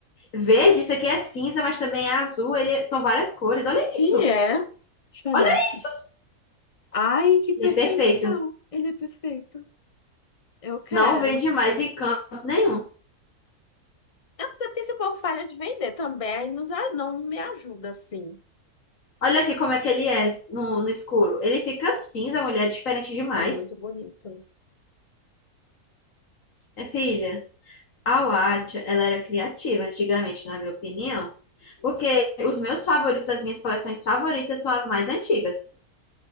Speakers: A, on the left (about 60°); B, on the left (about 25°).
A: Verde, isso aqui é cinza, mas também é azul. Ele é, são várias cores. Olha isso.
B: E é. Deixa eu
A: Olha
B: olhar aqui.
A: isso.
B: Ai, que perfeição!
A: Ele é perfeito.
B: Ele é perfeito. Eu quero.
A: Não vende mais em canto nenhum.
B: Eu não sei porque esse povo falha de vender também, aí nos a- não, não me ajuda assim.
A: Olha aqui como é que ele é no, no escuro. Ele fica cinza, a mulher é diferente demais.
B: É muito bonito.
A: Minha filha, a Watcha, ela era criativa antigamente, na minha opinião. Porque os meus favoritos, as minhas coleções favoritas são as mais antigas.